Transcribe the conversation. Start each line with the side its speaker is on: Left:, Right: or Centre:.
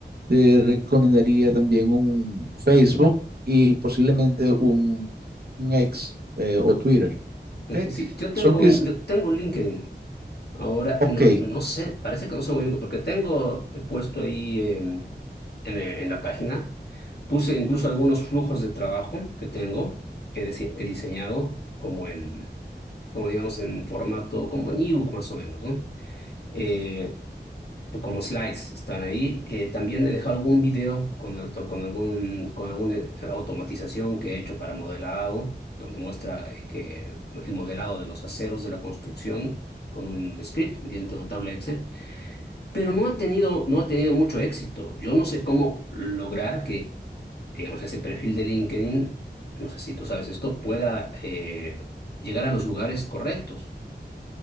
Right: te recomendaría también un Facebook y posiblemente un, un X eh, o Twitter.
Left: Entonces,
Right: ¿ok?
Left: sí, yo tengo,
Right: Son que
Left: un-
Right: es,
Left: yo tengo un LinkedIn. Ahora,
Right: ok,
Left: no, no sé, parece que no sé muy bien, porque tengo, he puesto ahí em, en, el- en la página, puse incluso algunos flujos de trabajo que tengo, que, dise- que he diseñado, como en... como digamos en formato, como en ebook más o menos, ¿no? Eh, como slides están ahí. Eh, también he dejado algún video con, al- con algún, con alguna eh, automatización que he hecho para modelado, donde muestra eh, que el modelado de los aceros de la construcción con un script mediante una tabla Excel, pero no ha tenido, no ha tenido mucho éxito. Yo no sé cómo lograr que, digamos, ese perfil de LinkedIn, no sé si tú sabes esto, pueda eh, llegar a los lugares correctos.